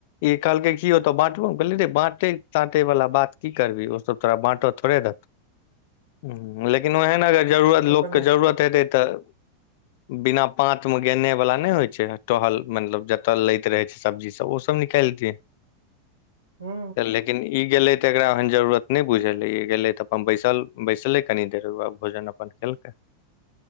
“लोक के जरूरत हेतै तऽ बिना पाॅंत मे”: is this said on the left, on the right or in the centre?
Left